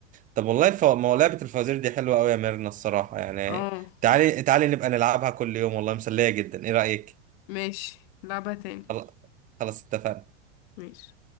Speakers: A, on the right; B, on the left.
A: طب والله الف... ما هو لعبه الفوازير دي حلوه قوي يا ميرنا الصراحه يعني
B: اه
A: تعالي تعالي نبقى نلعبها كل يوم والله مسليه جدا ايه رايك
B: ماشي لعبة تاني
A: خل- خلاص اتفقنا
B: ماشي